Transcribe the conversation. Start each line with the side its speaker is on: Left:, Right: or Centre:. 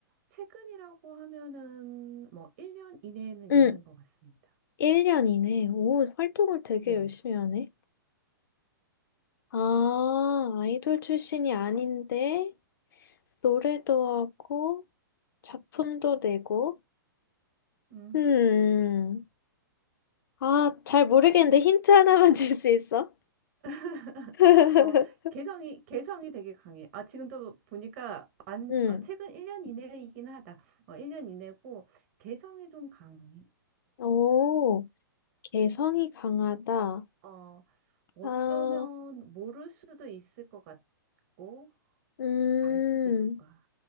Right: 최근이라고 하면은 뭐 1년 이내에는
Left: 응,
Right: 있는 것 같습니다.
Left: 1년이네. 오, 활동을 되게
Right: 네.
Left: 열심히 하네. 아, 아이돌 출신이 아닌데, 노래도 하고, 작품도 내고.
Right: 음흠.
Left: 음, 아, 잘 모르겠는데 힌트 하나만 <laughs> 줄 수 있어?
Right: <laughs>
Left: <laughs>
Right: 어, 개성이, 개성이 되게 강해. 아, 지금도 보니까 안,
Left: 응.
Right: 아, 최근 1년 이내이긴 하다. 어, 1년 이내고 개성이 좀 강해.
Left: 오, 개성이 강하다.
Right: 어, 어쩌면
Left: 아,
Right: 모를 수도 있을 것 같고,
Left: 음,
Right: 알 수도 있을 거야.